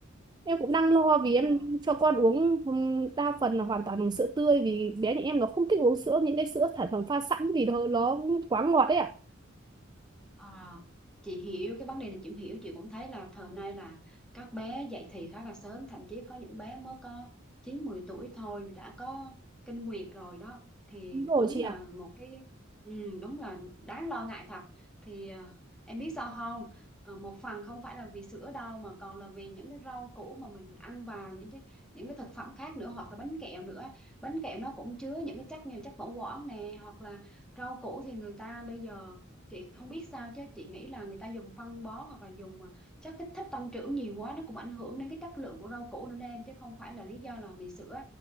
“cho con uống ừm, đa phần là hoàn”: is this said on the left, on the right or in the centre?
Right